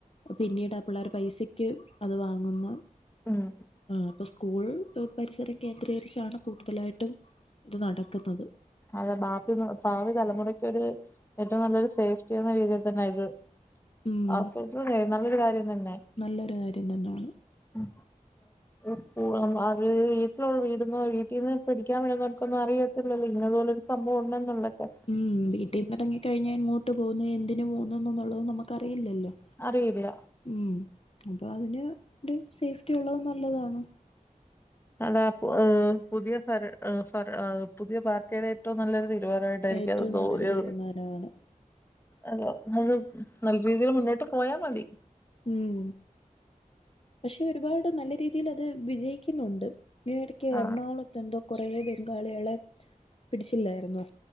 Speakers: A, on the left; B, on the left.
A: പിന്നീട് ആ പിള്ളേര് പൈസക്യ് അത് വാങ്ങുന്നു
B: ഉം
A: ആഹ് അപ്പൊ സ്കൂൾ പരിസരം കേന്ദ്രീകരിച്ചാണ് കൂടുതലായിട്ടും ഇത് നടക്കുന്നത്
B: അതെ ബാപി ഭാവി തലമുറക്കൊരു ഏറ്റവും നല്ലൊരു സേഫ്റ്റി എന്ന രീതിയിൽ തന്നെ ഇത് <unintelligible>
A: ഉം
B: നല്ലൊരു കാര്യം തന്നെ
A: നല്ലൊരു കാര്യം തന്നേണ്
B: ഉം സ്കൂള്ആത് വീട്ടിലുള്ള വീടന്നോ വീട്ടീന്ന് പിടിക്കാൻ വരുന്നോർക്കൊന്നും അറിയത്തില്ലല്ലോ പിന്നതുപോലൊരു സംഭവം ഉണ്ടന്നുള്ളൊക്കെ
A: ഉം വീട്ടിന്നിറങ്ങി കഴിഞ്ഞാ എങ്ങോട്ട് പോകുന്നു എന്തിന് പോകുന്നു ന്നുള്ളത് നമ്മക്കറിയില്ലല്ലോ
B: അറിയില്ല
A: ഉം അപ്പൊ അതിന് സേഫ്റ്റി ഉള്ളത് നല്ലതാണ്
B: അതാ ഏഹ് പുതിയ ഫര ഫര പുതിയ പാർട്ടിയുടെ ഏറ്റവും നല്ലൊരു തീരുമാനമായി ട്ടായിരിക്കത്
A: ഏറ്റവും
B: തോന്നിയത്
A: നല്ലൊരു തീരുമാനമാണ്
B: അതെ അത് നല്ല രീതിയിൽ മുന്നോട്ട് പോയാ മതി
A: ഉം പക്ഷെ ഒരുപാട് നല്ല രീതിൽ അത് വിജയിക്കുന്നുണ്ട് ഈ ഇടക്ക്
B: ആ
A: എറണാകൊളത്തെന്തോ കൊറെ ബംഗാള്യളെ പിടിച്ചില്ലായ്ര്ന്നോ